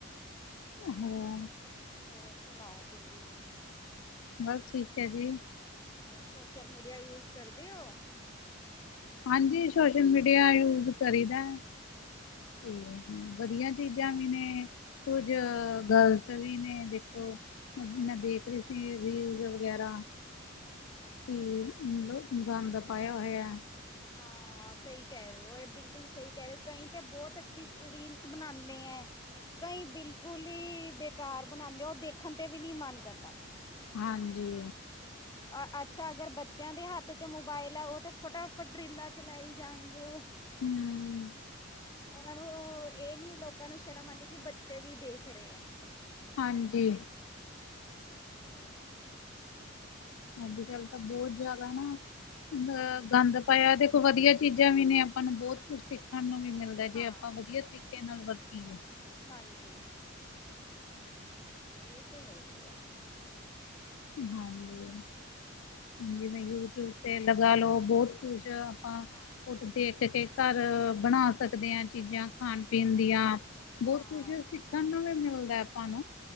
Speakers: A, on the left; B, on the left.
A: <inaudible>
B: ਹੋਰ ਸੁਣਾਓ ਤੁਸੀਂ
A: ਬਸ ਠੀਕ ਐ ਜੀ।
B: ਹੋਰ ਸੋਸ਼ਲ ਮੀਡੀਆ ਯੂਜ ਕਰਦੇ ਓ।
A: ਹਾਂਜੀ ਸੋਸ਼ਲ ਮੀਡੀਆ ਯੂਜ ਕਰੀਦਾ
B: ਹਾਂ।
A: ਤੇ ਵਧੀਆ ਚੀਜ਼ਾਂ ਵੀ ਨੇ ਕੁਝ
B: ਹਾਂ
A: ਗਲਤ ਵੀ ਨੇ ਦੇਖੋ।
B: ਹਾਂ
A: ਮੈਂ ਦੇਖ ਰਹੀ ਸੀ ਰੀਲ ਵਗੈਰਾ
B: ਅੱਛਾ
A: ਕਿ ਮਤਲਬ ਗੰਦ ਪਾਇਆ ਹੋਇਆ।
B: ਹਾਂ ਸਹੀ ਕਹਿ ਰਏ ਹੋ ਇਹ ਬਿਲਕੁਲ ਸਹੀ ਕਹਿ ਰਏ ਹੋ ਕਈ ਤਾਂ ਬਹੁਤ ਅੱਛੀ ਰੀਲਸ ਬਣਾਣੇ ਐਂ। ਕਈ ਬਿਲਕੁਲ ਹੀ ਬੇਕਾਰ ਬਣਾਣੇ ਓ ਦੇਖਣ ਤੇ ਵੀ ਨਹੀ ਮਨ ਕਰਦਾ।
A: ਹਾਂਜੀ
B: ਅ ਅੱਛਾ ਅਗਰ ਬੱਚਿਆਂ ਦੇ ਹੱਥ 'ਚ ਮੋਬਾਇਲ ਆ ਉਹ ਤੇ ਫਟਾਫਟ ਰੀਲਾਂ ਚਲਾਈ ਜਾਣਗੇ।
A: ਹੂੰ
B: ਉਹਨਾਂ ਨੂੰ ਇਹ ਨੀ ਲੋਕਾਂ ਨੂੰ ਸ਼ਰਮ ਆਂਦੀ ਕਿ ਬੱਚੇ ਵੀ ਦੇਖ ਰਏ ਐ।
A: ਹਾਂਜੀ
B: ਸਹੀ ਏ ਨਾ।
A: ਅੱਜ ਕੱਲ ਤਾਂ ਬਹੁਤ ਜਾਦਾ ਨਾ ਬ
B: ਹਾਂ
A: ਗੰਦ ਪਾਇਆ ਦੇਖੋ ਵਧੀਆ ਚੀਜ਼ਾਂ ਵੀ ਨੇ। ਆਪਾਂ ਨੂੰ
B: ਹਾਂ
A: ਬਹੁਤ ਕੁਝ ਸਿੱਖਣ ਨੂੰ ਵੀ ਮਿਲਦਾ ਹੈ ਜੇ
B: ਹਾਂ
A: ਆਪਾਂ ਵਧੀਆ ਤਰੀਕੇ ਨਾਲ ਵਰਤੀਏ
B: ਹਾਂਜੀ ਇਹ ਤੇ ਹੈ ਹੀ ਹੈ।
A: ਹਾਂਜੀ ਹਾਂਜੀ ਜਿਵੇਂ ਯੂਟਿਊਬ ਤੇ ਲਗਾ ਲਓ ਬਹੁਤ ਕੁਛ, ਆਪਾਂ
B: ਹਾਂ
A: ਉਹ ਤੋਂ ਦੇਖ ਕੇ ਘਰ ਬਣਾ ਸਕਦੇ ਹਾਂ ਚੀਜ਼ਾਂ ਖਾਣ ਪੀਣ ਦੀਆਂ ਬਹੁਤ
B: ਹਾਂ
A: ਕੁਛ ਸਿੱਖਣ ਨੂੰ ਵੀ ਮਿਲਦਾ ਆਪਾਂ ਨੂੰ